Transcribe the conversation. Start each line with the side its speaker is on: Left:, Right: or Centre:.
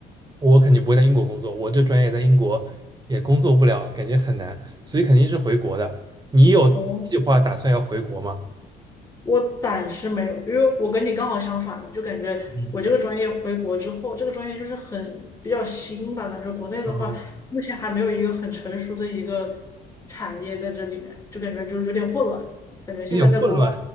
Right: 我肯定不会在英国工作，我这专业在英国也工作不了，感觉很难，所以肯定是回国的。你有计划打算要回国吗？
Left: 哦，我暂时没有，因为我跟你刚好相反嘛，就感觉我这个专业回国之后，
Right: 嗯，
Left: 这个专业就是很比较新吧，感觉国内的话目前还没有一个很成熟的一个
Right: 哦，
Left: 产业在这里面，就感觉就有点混乱，感觉现在在国外，
Right: 有点混乱，